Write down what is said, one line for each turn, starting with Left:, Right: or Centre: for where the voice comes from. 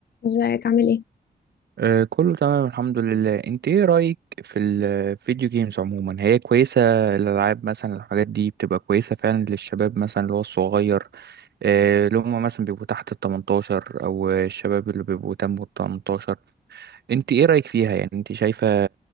Left: ازيك عامل ايه؟
Right: آه، كله تمام الحمد لله انت ايه رأيك في الفيديو جيمز عموما هي كويسة الألعاب مثلا الحاجات دي بتبقى كويسة فعلا للشباب مثلا اللي هو الصغير آه، اللي هم مثلا بيبقوا تحت ال 18 او الشباب اللي بيبقوا تم ال 18 انت ايه رأيك فيها يعني انت شايفة